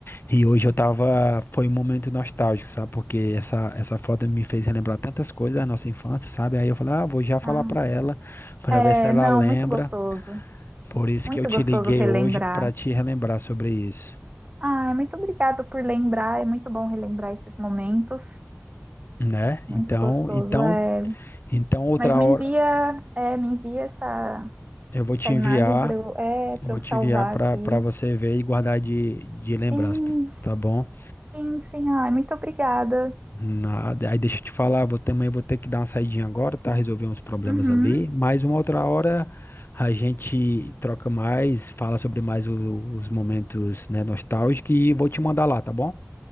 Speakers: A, on the left; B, on the right.
A: e hoje eu tava, foi um momento nostálgico, sabe? Porque essa, essa foto me fez relembrar tantas coisas da nossa infância, sabe? Aí eu falei, ah, vou já falar
B: Ah,
A: pra ela, pra
B: é,
A: ver se ela
B: não,
A: lembra.
B: muito gostoso.
A: Por isso
B: Muito
A: que eu te
B: gostoso
A: liguei
B: relembrar.
A: hoje pra te relembrar sobre isso,
B: Ah, é muito obrigado por lembrar. É muito bom relembrar esses momentos.
A: né?
B: Muito
A: Então,
B: gostoso.
A: então,
B: É,
A: então outra
B: mas me
A: hora
B: envia, é, me envia essa,
A: eu vou
B: essa
A: te
B: imagem
A: enviar.
B: para eu, é, para
A: Eu Vou
B: eu
A: te
B: salvar
A: enviar para
B: aqui.
A: para você ver e guardar de, de lembrança,
B: Sim.
A: tá bom?
B: Sim, sim. Ai, muito obrigada.
A: Nada. Aí deixa eu te falar, vou, também vou ter que dar uma saidinha agora, tá? Resolver uns problemas
B: Uhum.
A: ali, mas uma outra hora a gente troca mais, fala sobre mais o- os momentos, né, nostálgicos e vou te mandar lá, tá bom?